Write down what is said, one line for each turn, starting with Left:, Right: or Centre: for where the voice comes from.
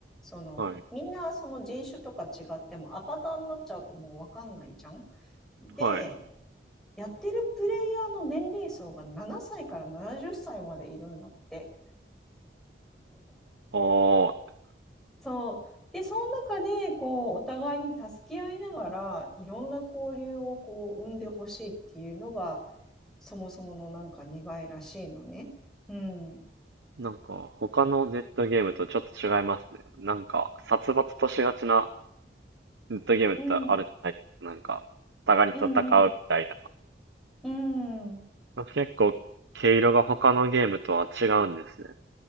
Centre: そのみんなその人種とか違ってもアバターになっちゃうともう分かんないじゃん。
Right: あ。はい。
Centre: で
Right: はい。
Centre: やってるプレイヤーの年齢層が7歳から70歳までいるんだって。
Right: ああ。
Centre: そう。で、その中で、こう、お互いに助け合いながら、いろんな交流をこう、生んでほしいっていうのが、そもそものなんか願いらしいのね。うん。
Right: なんか、他のネットゲームとちょっと違いますね。なんか、殺伐としがちなネットゲームってあるじゃないですか。
Centre: うん。
Right: なんか、お互いに戦うみたい
Centre: うん。うん。うん
Right: な。結構、毛色が他のゲームとは違うんですね。